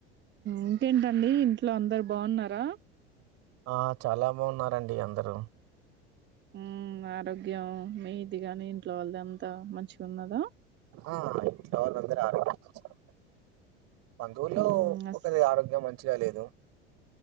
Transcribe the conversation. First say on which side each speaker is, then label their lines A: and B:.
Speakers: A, on the right; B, on the right.
A: ఇంకేంటండి ఇంట్లో అందరు బాగున్నారా.
B: ఆ చాలా బాగున్నారండి అందరూ.
A: ఉ ఆరోగ్యం మీది గాని ఇంట్లో వాళ్ళది అంత మంచిగా ఉన్నదా.
B: ఆ ఇంట్లో వాళ్లందరు ఆరోగ్యాంగా ఉన్నారు. బంధువుల్లో
A: మ్మ్ అస్
B: ఒకరి ఆరోగ్యం మంచిగా లేదు.